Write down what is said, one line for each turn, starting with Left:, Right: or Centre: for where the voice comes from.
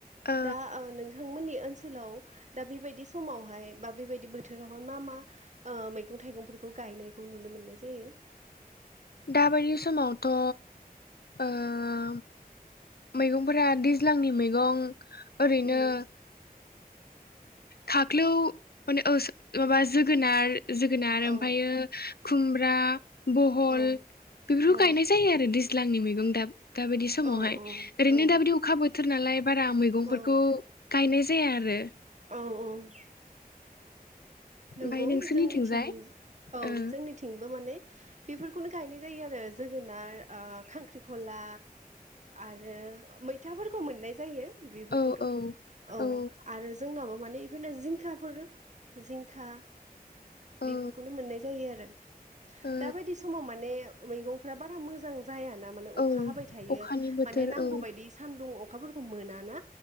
Left: ओ
Right: दा आ नोंथांमोननि ओनसोलाव दा बेबायदि समावहाय बा बेबायदि बोथोरावहाय मा मा ओ मैगं थाइगंफोरखौ गायनायखौ नुनो मोन्नाय जायो।
Left: दाबायदि समावथ' ओ मैगंफोरा दैज्लांनि मैगं ओरैनो
Right: उम
Left: खाख्लौ माने ओ माबा जोगोनार जोगोनार
Right: औ
Left: ओमफ्रायो खुमब्रा, बहल
Right: औ
Left: बेफोरखौ
Right: औ
Left: गायनाय जायो आरो दैज्लांनि मैगं दा दाबायदि समावहाय।
Right: औ
Left: ओरैनो
Right: औ
Left: दाबायदि अखा बो थोर नालाय बारा मैगंफोरखौ
Right: औ
Left: गायनाय जाया आरो।
Right: औ औ। नंगौ
Left: ओमफ्राय नोंसोरनिथिंजाय
Right: जोंनिथिं औ
Left: ओ
Right: जोंनि थिंबो माने बेफोरखौनो गायनाय जायो आरो जोगोनार ओ खांख्रिखला आरो मैथाफोरखौ मोननाय जायो बेफोरखौथ'
Left: औ औ
Right: औ
Left: ओ
Right: आरो जोंनाबो माने इफोरनो जिंखाफोर जिं खा बेफोरखौनो
Left: ओ
Right: मोननाय जायो आरो।
Left: ओ
Right: दा बायदि समाव माने मैगंफोरा बारा मोजां जायाना माने अखा
Left: औ
Right: हाबाय थायो
Left: अखानि बोथोर
Right: माने नांगौबादि
Left: औ
Right: सान्दुं अ अखाफोरखौ मोना ना